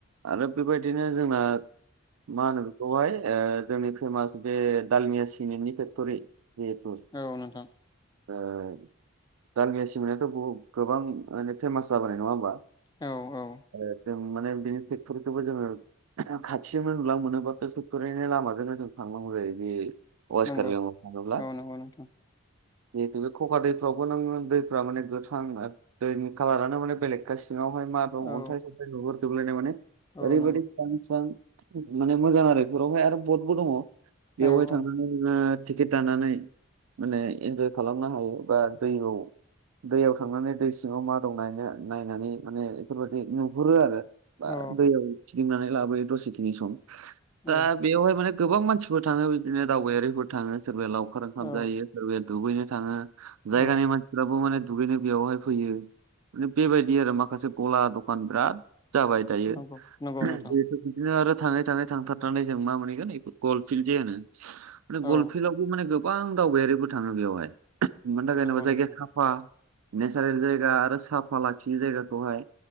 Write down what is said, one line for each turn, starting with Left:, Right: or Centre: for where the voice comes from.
Right: आरो बेबायदिनो जोंना मा होनो बेखौहाय जोंनि फेमास बे दालमिया सिमेन्टनि फेक्ट'रि जिहेतु
Left: औ नोंथां।
Right: दानांगिया सि मोननायाथ' गोबां माने फेमास जाबोनाय नङा होमबा?
Left: औ औ
Right: जों माने बिनि ट्रेक्ट'रिखौबो जोङो खाथियावनो नुलाां मोनोब्लााथ' टेक्टरैनि लामाजोंनो जों थांलांांगौ जायो बि कवेस्ट
Left: नंगौ
Right: कार्बि आंलं थाङोब्ला
Left: औ नंगौ नोंथां
Right: जिहेतु बे खखा दैफ्रावबो नोङो दैफ्रा माने गोथ्रां दैनि कालारानो माने बेलेग खासि सिङावहाय मा दं
Left: औ
Right: अन्थाइ सन्थाइ नुहुरजोबलायनाय माने
Left: औ
Right: ओरैबायदि
Left: नंगौ
Right: फां थिफां माने मोजां आरो <unintelligible> रावहाय आरो बटबो दङ बेवहाय
Left: औ
Right: थांनानै
Left: औ
Right: नोङो टिकेट दानानै माने एन्जाय खालामनो हायो बा दैयाव दैयाव थांनानै दै सिङाव मा दं नायनो नायनानै माने बेफोरबादि नुहुरो आरो बा
Left: औ
Right: दैयाव खिदिंनानै लाबोयो दसेखिनि सम दा
Left: औ
Right: बेवहाय माने गोबां मानसिफोर थाङो बिदिनो दावबायारिफोर थाङो सोरबाया लावखार ओंखाम
Left: औ
Right: जायो सोरबाया दुगैनो थाङो जायगानि
Left: औ
Right: मान फ्राबो माने दुगैनो बेयावहाय फैयो माने बेबायदि आरो माखासे गला दखान बिराद जाबाय दायो
Left: नंगौ नंगौ
Right: <unintelligible> बिदिनो
Left: नोंथां
Right: आरो थाङै थाङै थांथारनानै जों मा मोनहैगोन गल फिड जे होनो माने गल
Left: औ
Right: फिलाव माने गोबां दावबायारिबो थाङो बेवहाय <unintelligible> मानि थाखाय होनोबा
Left: नंगौ
Right: जायगाया
Left: नोंथां
Right: साफा नेचारेल जायगा आरो साफा लाखियो जायगाखौहाय